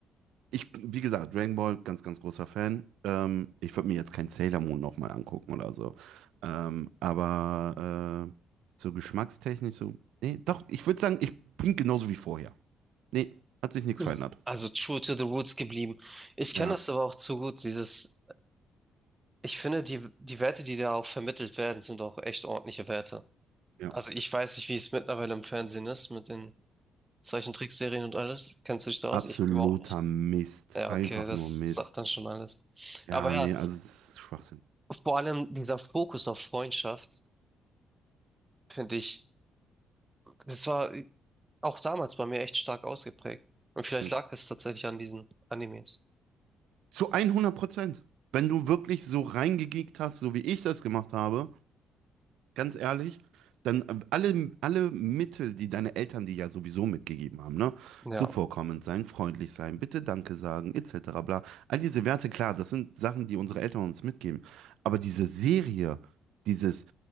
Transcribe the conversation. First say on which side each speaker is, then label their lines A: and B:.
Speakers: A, on the right; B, on the right.
A: Ich, wie gesagt, Dragon Ball, ganz, ganz großer Fan. Ähm, ich würde mir jetzt kein Sailor Moon nochmal angucken oder so. Ähm, aber äh, so geschmackstechnisch, so. Nee, doch, ich würde sagen, ich bin genauso wie vorher. Nee, hat sich nichts
B: Mhm.
A: verändert.
B: Also true to the roots geblieben. Ich kenne
A: Ja,
B: das aber auch zu gut, dieses, ich finde, die, die Werte, die da auch vermittelt werden, sind auch echt ordentliche Werte.
A: ja.
B: Also ich weiß nicht, wie es mittlerweile im Fernsehen ist mit den Zeichentrickserien und alles? Kennst du dich da
A: Absoluter
B: aus? Ich überhaupt nicht.
A: Mist.
B: Ja,
A: Einfach
B: okay, das
A: nur Mist.
B: sagt dann schon alles.
A: Ja,
B: Aber ja,
A: nee, also es ist Schwachsinn.
B: vor allem dieser Fokus auf Freundschaft, finde ich, das war auch damals bei mir echt stark ausgeprägt. Und vielleicht
A: Hm.
B: lag es tatsächlich an diesen Animes.
A: Zu 100 Prozent. Wenn du wirklich so reingegeekt hast, so wie ich das gemacht habe, ganz ehrlich, dann äh, alle, alle Mittel, die deine Eltern dir ja sowieso mitgegeben haben, ne?
B: Ja,
A: Zuvorkommend sein, freundlich sein, bitte Danke sagen, etc. bla. All diese Werte, klar, das sind Sachen, die unsere Eltern uns mitgeben. Aber diese Serie, dieses